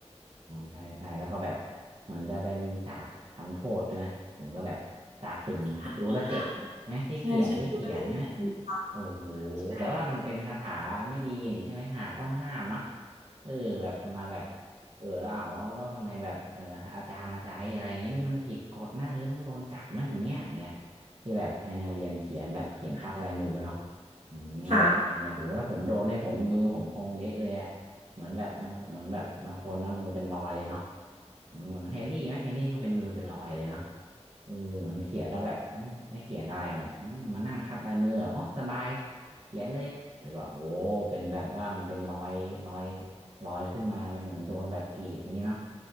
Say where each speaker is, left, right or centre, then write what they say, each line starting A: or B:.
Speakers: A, on the right; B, on the right.
A: ใช่ใช่แล้วก็แบบเหมือนจะเป็นฉากทำโทษด้วยนะผมก็แบบตาตึงนะดูแล้วเจ็บนะที่เขียนที่เขียนใช่ไหม
B: ถ้าใช่ใช่คุณเจ็ดสิบค่ะ
A: โอ้โห
B: ใช่
A: แต่ว่ามันเป็นคาถาไม่ดีนี่ใช่ไหมหาต้องห้ามเนาะเออแบบประมาณแบบ เออแล้วเอาแล้วแล้วทำไมแบบเอออาจารย์มาใช้อะไรอย่างเงี้ยนี่มันผิดกฎนะคือต้องโดนจับนะอย่างเงี้ยอย่างเงี้ยที่แบบให้นักเรียนเขียนแบบเขียนคัดลายมือเนาะอืมแบบยังไงเนี่ยโหถ้าผมโดนเนี่ยผมมือผมคงเละเลยอะเหมือนแบบบางเหมือนแบบบางคนนะมือเป็นรอยเลยเนาะ
B: ค่ะ
A: เออเหมือนแฮร์รี่ไหมแฮร์รี่ก็เป็นมือเป็นรอยเลยเนาะเออเหมือนเขียนแล้วแบบเออไอ้เขียนอะไรเนี่ยเออมานั่งคัดลายมือเหรออ๋อสบายเขียนเลยแล้วก็โอ้เป็นแบบว่ามันเป็นรอยรอย ลอยขึ้นมาเลยเหมือนโดนแบบกรีดนี้เนาะ